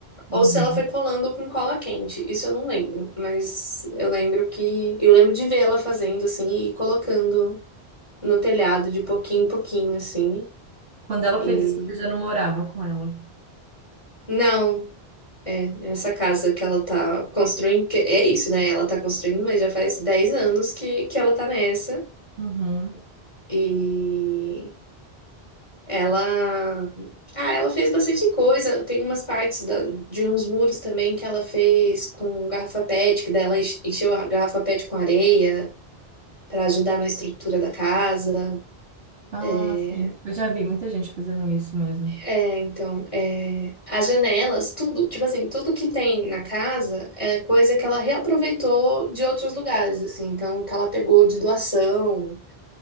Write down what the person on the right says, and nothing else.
uhum.
Quando ela
fez isso, você já não morava com ela?
Uhum.
Ah,
sim. Eu já vi muita gente fazendo isso mesmo.